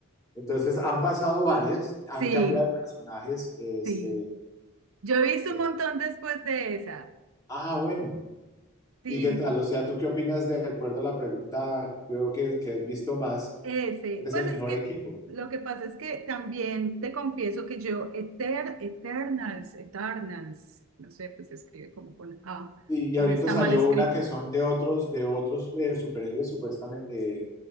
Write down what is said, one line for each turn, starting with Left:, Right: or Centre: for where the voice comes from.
Left: entonces han pasado varias, han
Right: sí,
Left: cambiado de personajes, este,
Right: sí, yo he visto
Left: Eh,
Right: un montón después de esa,
Left: Ah, bueno.
Right: sí.
Left: ¿Y qué tal? O sea, ¿tú qué opinas de acuerdo a la pregunta, creo que, que has visto más,
Right: Ese,
Left: cuál es
Right: pues
Left: el mejor
Right: es que
Left: equipo?
Right: lo que pasa es que también te confieso que yo, Eter, Eternals, Eternals, no sé, pues se escribe como con A,
Left: Y, y
Right: entonces
Left: ahorita
Right: está
Left: salió
Right: mal escrito.
Left: una que son de otros, de otros eh, superhéroes, supuestamente, eh,